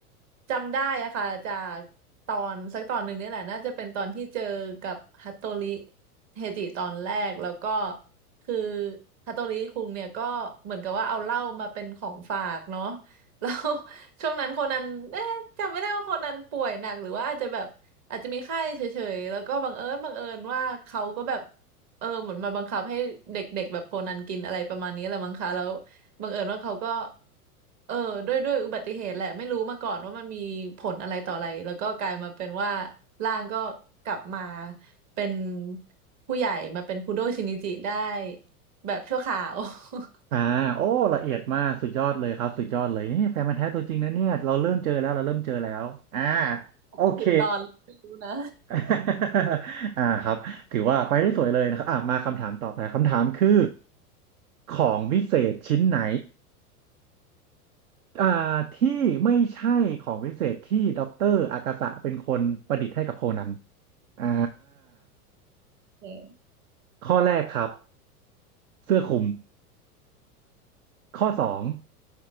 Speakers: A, on the right (about 35°); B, on the right (about 65°).
A: จำได้อะค่ะจากตอนสักตอนหนึ่งเนี่ยแหละน่าจะเป็นตอนที่เจอกับฮัตโตริเฮจิตอนแรกแล้วก็คือฮัตโตริคุงเนี่ยก็เหมือนกับว่าเอาเหล้ามาเป็นของฝากเนาะ <laughs> แล้ว <laughs> ช่วงนั้นโคนันเอ๊ะจำไม่ได้ว่าโคนันป่วยหนักหรือว่าอาจจะแบบอาจจะมีไข้เฉยๆแล้วก็บังเอิญบังเอิญว่าเขาก็แบบเออเหมือนมาบังคับให้เด็กๆแบบโคนันกินอะไรประมาณนี้แหละมั้งคะแล้ว บังเอิญว่าเขาก็เออด้วยด้วยอุบัติเหตุแหละไม่รู้มาก่อนว่ามันมีผลอะไรต่ออะไรแล้วก็กลายมาเป็นว่าร่างก็กลับมาเป็นผู้ใหญ่มาเป็นคุโดะชินิจิได้แบบชั่วคราว <laughs>
B: อ่าโอ้ละเอียดมากสุดยอดเลยครับสุดยอดเลยนี่แฟนมันธุ์แท้ตัวจริงนะเนี่ยเราเริ่มเจอแล้วเราเริ่มเจอแล้วอ่า
A: อาจจะผิดตอนไม่รู้นะ
B: โอเค <laughs> อ่าครับถือว่าไปได้สวยเลยนะครับอ่ามาคำถามต่อไปคำถามคือของวิเศษชิ้นไหนอ่าที่ไม่ใช่ของวิเศษที่ด็อกเตอร์อากาสะเป็นคนประดิษฐ์ให้กับโคนันอ่า
A: เออ
B: ข้อแรกครับเสื้อคลุมข้อสอง